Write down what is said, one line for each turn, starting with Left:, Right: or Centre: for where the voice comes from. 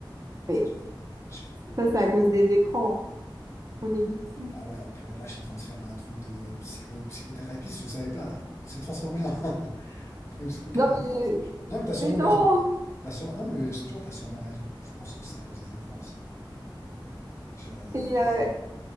Right: Mais
Left: c'est que je vais- je vais-
Right: ça, c'est à cause des écrans. hein. On est victime.
Left: Ah ouais, oh purée, là, je suis en train de faire un truc de psycho, psychothérapie, je savais pas, là. On s'est transformé en <laughs> truc de psychothérapie.
Right: Non, mais,
Left: Non, mais t'as sûrement
Right: mais non!
Left: raison. T'as sûre- Non, mais je te jure, t'as sûrement raison. Je pense que c'est à cause des écrans aussi. Je-
Right: Et
Left: mais
Right: euh,